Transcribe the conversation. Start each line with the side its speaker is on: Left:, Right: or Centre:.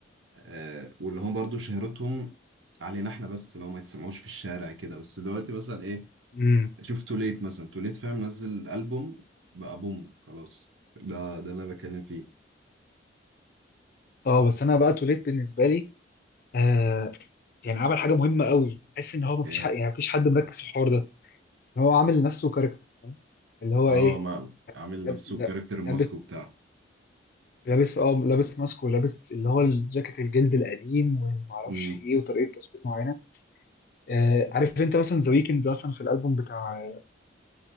Right: آه واللي هم برضه شهرتهم علينا احنا بس لو ما يتسمعوش في الشارع كده بس دلوقتي مثلا ايه
Left: مم.
Right: شوف توليت مثلا توليت فاهم نزل البوم بقى بوم خلاص ده ده اللي انا بتكلم فيه
Left: اه بس انا بقى توليت بالنسبة لي آه يعني عمل حاجة مهمة قوي بحس ان هو مفيش
Right: ايه
Left: حد يعني مفيش حد مركز في الحوار ده هو عامل لنفسه كاركتر فاهم اللي هو
Right: اه
Left: ايه
Right: ما عامل
Left: لاب-
Right: نفسه
Left: لا-
Right: كاركتر ماسك
Left: لابس
Right: وبتاع
Left: لابس اه لابس ماسك ولابس اللي هو الجاكيت الجلد القديم ومعرفش
Right: امم
Left: ايه وطريقه تصوير معينه آه عارف انت مثلا ذا ويكند مثلا في الالبوم بتاع